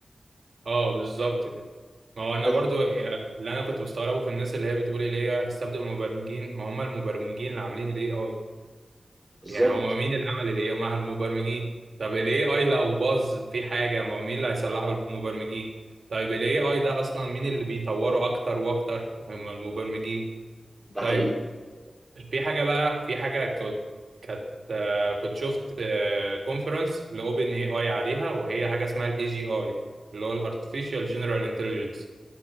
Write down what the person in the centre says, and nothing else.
بس
بالظبط
ده
حقيقي